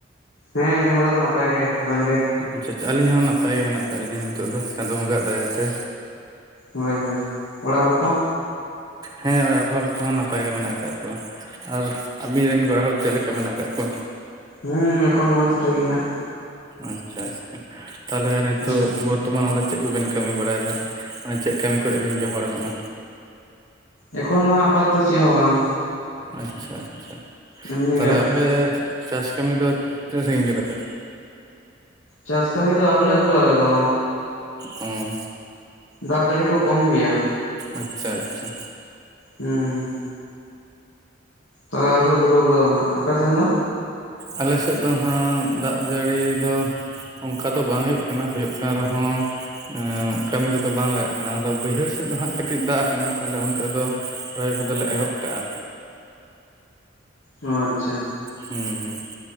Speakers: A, on the left; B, on the right.
A: ᱦᱮᱸ, ᱱᱮ ᱦᱚᱲ ᱫᱚ ᱱᱟᱯᱟᱭ ᱜᱮ᱾ ᱟᱵᱮᱱ ᱜᱮ?
B: ᱟ ᱪᱷᱟᱪ, ᱟᱹᱞᱤᱧ ᱦᱚᱸ ᱱᱟᱯᱟᱭ ᱜᱮ ᱢᱮᱱᱟᱜ ᱠᱟᱜ ᱞᱤᱧᱟᱹ ᱱᱤᱛᱚᱜ ᱫᱚ ᱪᱟᱸᱫᱳ ᱵᱚᱸᱜᱟᱣᱟᱜ ᱫᱟᱭᱟ ᱛᱮ᱾
A: ᱦᱳᱭ ᱦᱳᱭ, ᱚᱲᱟᱜ ᱦᱚᱲ ᱠᱚ?
B: ᱦᱮᱸ, ᱚᱲᱟᱜ ᱦᱚᱲ ᱠᱚᱦᱚᱸ ᱱᱟᱯᱟᱭ ᱜᱮ ᱢᱮᱱᱟᱜ ᱠᱟᱜ ᱠᱚᱣᱟ᱾ ᱟᱨ ᱟᱵᱤᱱ ᱨᱮᱱ ᱜᱮ ᱚᱲᱟᱜ ᱦᱚᱲ ᱪᱮᱜ ᱞᱮᱠᱟ ᱢᱮᱱᱟᱜ ᱠᱟᱜ ᱠᱚᱣᱟ?
A: ᱦᱩᱸ, ᱮᱠᱷᱚᱱ ᱱᱚᱼᱚᱭ ᱛᱚ ᱴᱷᱤᱠ ᱜᱮ ᱦᱟᱸᱜ᱾
B: ᱟᱪᱪᱷᱟ, ᱟᱪᱪᱷᱟ, ᱛᱟᱦᱚᱞᱮ ᱱᱤᱛᱚᱜ
A: ᱦᱟᱸᱜ
B: ᱵᱳᱴ ᱛᱚᱢᱟᱱ ᱟᱫᱚ ᱪᱮᱜ ᱠᱚᱵᱮᱱ ᱠᱟᱹᱢᱤ ᱵᱟᱲᱟᱭ ᱫᱟ? ᱢᱟᱱᱮ ᱪᱮᱜ ᱠᱟᱹᱢᱤ ᱠᱚᱨᱮ ᱵᱤᱱ ᱡᱚᱦᱚᱲ ᱟᱠᱟᱱᱟ?
A: ᱮᱠᱷᱚᱱ ᱫᱚ ᱦᱟᱸᱜ ᱟᱯᱟᱛᱚ ᱪᱮᱜ ᱦᱚᱸ ᱵᱟᱝ᱾
B: ᱟᱪᱪᱷᱟ ᱟᱪᱪᱷᱟ,
A: ᱮᱢᱱᱤ
B: ᱛᱟᱦᱞᱮ
A: ᱜᱮ ᱟᱨᱠᱤ
B: ᱟᱯᱮ ᱪᱟᱥ ᱠᱟᱹᱢᱤ ᱫᱚ ᱛᱤᱱᱟᱹᱜ ᱥᱟᱺᱜᱤᱧ ᱜᱟ ᱯᱮ?
A: ᱪᱟᱥ ᱠᱟᱹᱢᱤ ᱫᱚ ᱟᱹᱣᱨᱤ ᱞᱮ ᱫᱷᱩᱨᱟᱹᱜᱼᱟ ᱟᱞᱮ ᱫᱚ᱾
B: ᱦᱩᱸ᱾
A: ᱫᱟᱜ ᱡᱟᱹᱲᱤ ᱠᱚ ᱠᱚᱢ ᱜᱮᱭᱟ᱾
B: ᱟᱪᱪᱷᱟ, ᱟᱪᱪᱷᱟ᱾
A: ᱦᱩᱸ᱾ ᱛᱟᱦᱞᱮ ᱟᱣᱨᱤ ᱞᱮ ᱫᱷᱩᱨᱟᱹᱣ ᱜᱚᱫᱚᱼᱟ ᱦᱟᱜ, ᱟᱯᱮ ᱥᱮᱱ ᱫᱚ?
B: ᱟᱞᱮ ᱥᱮᱫ ᱫᱚ ᱦᱟᱸᱜ ᱫᱟᱜ ᱡᱟᱹᱲᱤ ᱫᱚ ᱚᱝᱠᱟ ᱫᱚ ᱵᱟᱝ ᱦᱩᱭᱩᱜ ᱠᱟᱱᱟ ᱦᱳᱭᱳᱜ ᱠᱟᱱ ᱨᱮᱦᱚᱸ ᱮᱸᱜ ᱠᱟᱹᱢᱤ ᱨᱮᱫᱚ ᱵᱟᱝ ᱞᱟᱜᱟᱜ ᱠᱟᱱᱟ, ᱟᱫᱚ ᱵᱟᱹᱭᱦᱟᱹᱲ ᱥᱮᱫ ᱫᱚ ᱦᱟᱸᱜ ᱠᱟᱹᱴᱤᱡ ᱫᱟᱜ ᱟᱠᱟᱱᱟ, ᱛᱟᱦᱞᱮ ᱚᱱᱛᱮ ᱫᱚ ᱨᱚᱦᱚᱭ ᱠᱚᱫᱚ ᱞᱮ ᱮᱦᱚᱵ ᱠᱟᱜᱼᱟ᱾
A: ᱚᱸ ᱟᱪᱪᱷᱟ᱾
B: ᱦᱩᱸ ᱦᱩᱸ᱾